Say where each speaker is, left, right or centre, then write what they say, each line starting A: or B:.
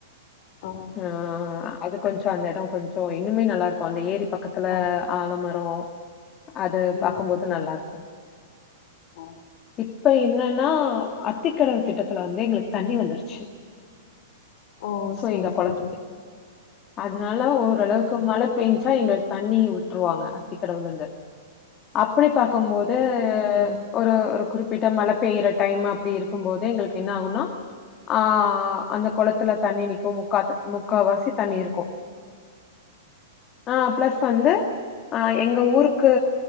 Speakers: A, on the left; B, on the left.
A: ஓ
B: ஆஹ் அது கொஞ்சம் அந்த இடம் கொஞ்சம் இன்னுமே நல்லா இருக்கும் அந்த ஏரி பக்கத்துல
A: அட
B: ஆழமரம் அது
A: ம்
B: பார்கபோது நல்லா இருக்கும்
A: ஓ
B: இப்ப இப்ப என்னன்னா அத்திக்கடவு திட்டத்துல வந்து எங்களுக்கு தண்ணி வந்துருச்சு
A: ஓ
B: சோ
A: சரி
B: எங்க
A: சரி
B: குளத்துக்கு. அதனால ஓரளவுக்கு மழை பெயஞ்சா எங்களுக்கு தனி தண்ணி விட்டுருவாங்க அத்திக்கடவுல இருந்து அப்படி பார்க்கும் போது
A: ம்
B: ஒரு குறிப்பிட்ட மழை பெய்கிற டைம் அப்படி இருக்கும் போது எங்களுக்கு என்ன ஆகும்னா ஆஹ் அந்த குளத்துல தண்ணிஇருக்கும் முக்கா முக்கால்வாசி தண்ணி இருக்கும் <unintelligible> ஆஹ் பிளஸ் வந்து அஹ் எங்க ஊருக்கு